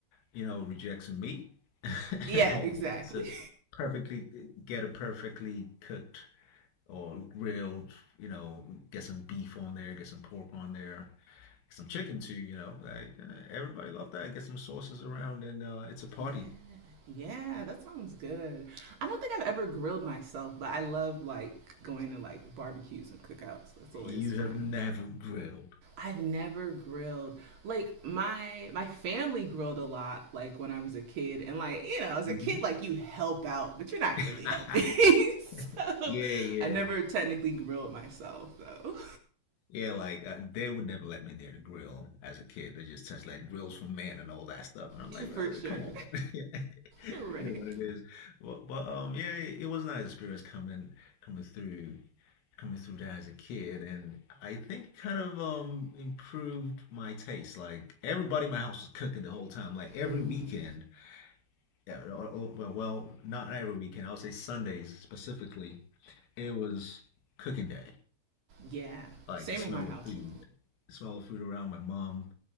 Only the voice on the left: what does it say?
you know, reject some meat <laughs>
and all
that. So
perfectly get a perfectly cooked or grilled. You know, get some beef on there. Get some pork on there. Get some chicken too. You know, like uh, everybody love that. Get some sauces around, and uh, it's a party.
You
have never grilled.
hmm
<laughs>
Yeah, yeah.
Yeah, like uh, they would never let me near the grill as a kid. They just touched like grills for men and all that stuff, and I'm
like, "Uh,
come on, man. <laughs> Yeah. <laughs>
You know what it is. But, but um, yeah, it was a nice experience coming coming through coming through that as a kid, and I think kind of um improved my taste. Like everybody in my house was cooking the whole time. Like every
weekend, yeah, or, or, well, well, not every weekend. I would say Sundays specifically. It was cooking day
like
the smell
of food, the smell of food around my mom,